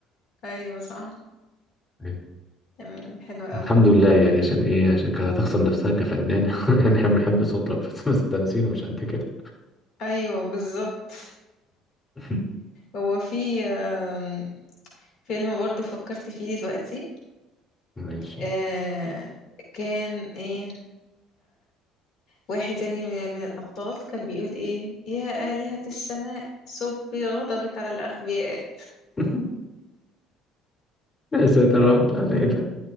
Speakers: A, on the left; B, on the left.
A: ايوه صح
B: <laughs>
A: تمام حلوة قوي
B: الحمد لله يعني عشان ايه عشان كانت هتخسر نفسها كفنانة <laughs> يعني احنا بنحب صوتها بس بس التمثيل مش قد كده
A: ايوه بالظبط
B: <laughs>
A: هو في آم، فيلم برضو فكرت فيه دلوقتي
B: ماشي
A: آه، كان ايه واحد يعني من, من الابطال كان بيقول ايه يا آلهة السماء صبي غضبك على الاغبياء
B: <laughs> يا ساتر يا رب لا لا لا